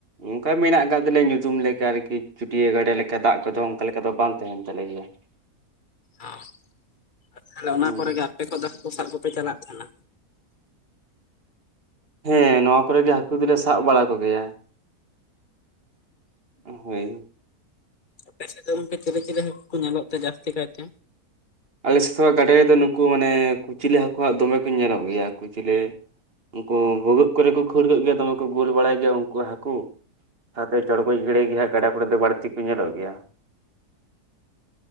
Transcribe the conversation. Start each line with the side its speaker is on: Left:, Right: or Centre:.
Right: ᱚᱷᱠᱟ ᱢᱮᱱᱟᱜ ᱟᱠᱟᱫ ᱛᱟᱞᱮᱭᱟ᱾ ᱧᱩᱛᱩᱢ ᱞᱮᱠᱟ ᱟᱨᱠᱤ ᱪᱩᱹᱴᱭᱟᱹ ᱜᱟᱰᱟ ᱞᱮᱠᱟ, ᱫᱟᱜ ᱠᱚᱫᱚ ᱚᱱᱠᱟ ᱞᱮᱠᱟ ᱫᱚ ᱵᱟᱝ ᱛᱟᱦᱮᱱ ᱛᱟᱞᱮ ᱜᱮᱭᱟ <inaudible>
Left: ᱚ ᱟᱨ ᱛᱟᱦᱚᱞᱮ ᱚᱱᱟ
Right: ᱦᱩᱸ
Left: ᱠᱚᱨᱮ ᱜᱮ ᱟᱯᱮ ᱠᱚᱫᱚ ᱦᱟᱹᱠᱩ ᱥᱟᱵ ᱠᱚᱯᱮ ᱪᱟᱞᱟᱜ ᱛᱟᱦᱮᱱᱟ᱾
Right: ᱦᱮᱸ ᱱᱚᱣᱟ ᱠᱚᱨᱮ ᱜᱮ ᱦᱟᱹᱠᱩ ᱫᱚᱞᱮ ᱥᱟᱵ ᱵᱟᱲᱟ ᱠᱚ ᱜᱮᱭᱟ᱾ ᱦᱳᱭ᱾
Left: ᱟᱯᱮ ᱥᱮᱫ ᱫᱚ ᱜᱚᱝᱠᱮ ᱪᱤᱞᱤ ᱪᱤᱞᱤ ᱦᱟᱹᱠᱩ ᱠᱚ ᱧᱮᱞᱚᱜ ᱛᱮ ᱡᱟᱹᱥᱛᱤ ᱠᱟᱭᱛᱮ?
Right: ᱟᱞᱮ ᱥᱮ ᱜᱟᱰᱟ ᱨᱮᱫᱚ ᱱᱩᱠᱩ ᱢᱟᱱᱮ ᱠᱩᱪᱞᱟᱹ ᱦᱟᱹᱠᱩ ᱦᱟᱜ ᱫᱚᱢᱮ ᱠᱚ ᱧᱮᱞᱚᱜ ᱜᱮᱭᱟ ᱠᱩᱪᱞᱟᱹ ᱩᱝᱠᱩ ᱵᱷᱩᱜᱟᱹᱜ ᱠᱚᱨᱮ ᱠᱚ ᱠᱷᱟᱹᱲ ᱠᱚᱜ ᱜᱮᱭᱟ ᱫᱚᱢᱮ ᱠᱚ ᱜᱳᱞ ᱵᱟᱲᱟᱭ ᱜᱮᱭᱟ ᱩᱱᱠᱩ ᱦᱟᱹᱠᱩ ᱥᱟᱶᱛᱮ ᱪᱚᱲᱜᱚᱡ ᱜᱟᱲᱟᱹᱭ ᱜᱮ ᱦᱟᱜ ᱜᱟᱰᱟ ᱠᱚᱨᱮ ᱫᱚ ᱵᱟᱹᱲᱛᱤ ᱠᱚ ᱧᱮᱞᱚᱜ ᱜᱮᱭᱟ᱾